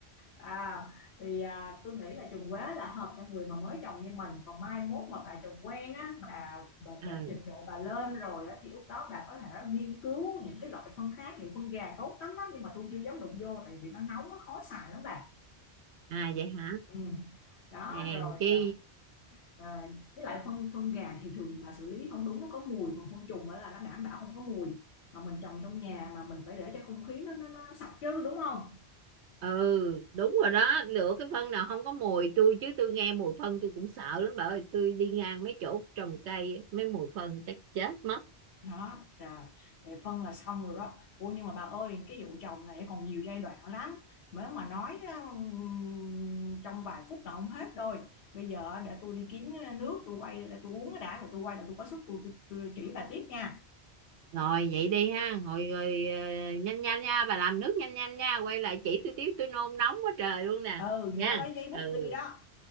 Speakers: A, on the left; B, on the right.
A: À, thì à, tôi nghĩ là trùng quế là hợp cho người mà mới chồng như mình còn mai mốt mà bà chồng quen á bà, bà,
B: à,
A: bà trình độ bà lên rồi á thì lúc đó bà có thể nghiên cứu những cái loại phân khác nhiều phân gà tốt lắm đó nhưng mà tôi chưa dám đụng vô tại vì nó nóng nó khó xài lắm bà
B: à vậy hả
A: ừ. đó
B: hèn
A: rồi
B: chi
A: à, à, với lại phân phân gà thì thường mà xử lý không đúng nó có mùi còn phân trùng á là nó đảm bảo không có mùi mà mình trồng trong nhà mà mình phải để cho không khí nó nó, nó sạch chứ đúng không
B: ừ đúng rồi đó lựa cái phân nào không có mùi tôi chứ tôi nghe mùi phân tôi cũng sợ lắm bà ơi tôi đi ngang mấy chỗ trồng cây mấy mùi phân chắc chết mất
A: đó trời vậy phân là xong rồi đó ủa nhưng mà bà ơi cái vụ chồng này còn nhiều giai đoạn lắm nếu mà nói ừm, trong vài phút là không hết rồi bây giờ để tôi đi kiếm cái nước tôi quay là tôi uống cái đã rồi tôi quay là tôi có sức tôi, tôi, tôi chỉ bà tiếp nha
B: Rồi vậy đi ha, ngồi rồi ờ, nhanh nhanh nha, bà làm nước nhanh nhanh nha, quay lại chỉ tôi tiếp tôi nôn nóng quá trời luôn nè.
A: ừ nhớ
B: Nha.
A: lấy giấy bút
B: Ừ.
A: ghi đó